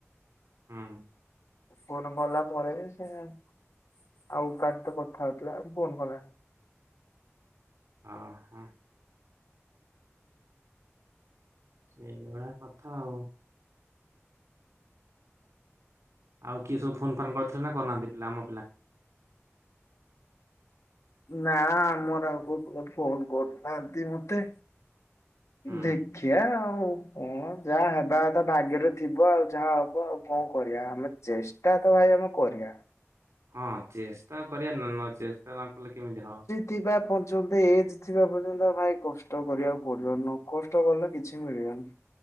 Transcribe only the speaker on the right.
ହୁଁ।
ଅ ହଁ। ଏଇଭଳିଆ କଥା ଆଉ। ଆଉ କିଏ ସବୁ ଫୋନ୍ ଫାନ୍ କରିଥିଲେ ନା କରିନାହାନ୍ତି ପିଲା ଆମ ପିଲା?
ହୁଁ
ହଁ ଚେଷ୍ଟା କରିଆ ନ ନ ଚେଷ୍ଟା ନ କଲେ କେମିତି ହବ